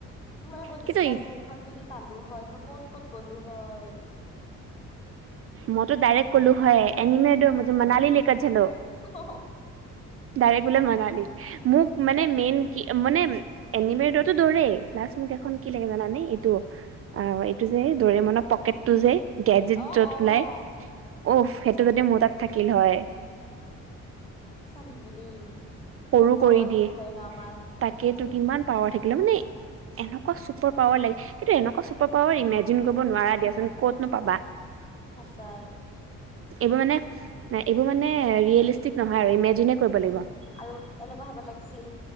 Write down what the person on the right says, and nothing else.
কিন্তু
মইতো ডাইৰেক্ট ক'লো হয় এনিমি দো মুজে মনালী লেকৰ চালৌ।
ডাইৰেক্ট বোলে মনালী মোক মানে মেইন কি মানে এনিমি দৌৰতো দৌৰে প্লাচ মোক
এখন কি লাগে জানানে এইটো অ এইটো যে দৰে মান পকেটটো যে গেজেট
য'ত
ওলাই উফ সেইটো যদি মোৰ তাত থাকিল হয়।
সৰু
কৰি দিয়ে
তাকেইতো কিমান পাৱাৰ থাকিলে মানে এনেকুৱা চুপাৰ পাৱাৰ লাগে কিন্তু এনেকুৱা চুপাৰ পাৱাৰ ইমেজিন কৰিব নোৱাৰা দিয়াচোন ক'তনো পাবা।
এইবোৰ মানে এইবোৰ মানে ৰিয়েলিষ্টিক নহয় আৰু ইমেজিনে কৰিব লাগিব।